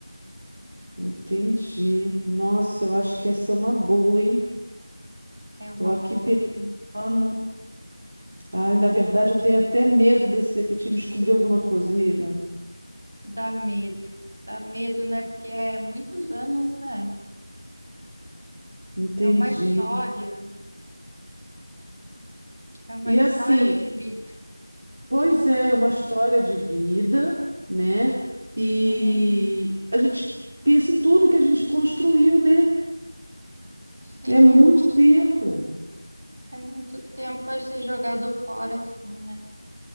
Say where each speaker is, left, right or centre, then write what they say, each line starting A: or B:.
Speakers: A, on the right; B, on the right.
A: Entendi. Nossa, eu acho que essa é uma boa, hein?
B: É uma
A: Tô aqui
B: boa, sim.
A: pensando. Ai, na verdade, eu tenho até medo desse detetive descobrir alguma coisa, amiga.
B: Dá medo, dá medo, né? Porque é muitos anos, né?
A: Entendi.
B: É uma história, é uma
A: E
B: história
A: assim,
B: de vida.
A: pois
B: Hum,
A: é, uma história de vida, né? E
B: uhum.
A: a gente pensa em tudo que a gente construiu, né?
B: Sim,
A: É muito
B: é muito,
A: tempo.
B: é muito tempo para ser jogado fora assim, né?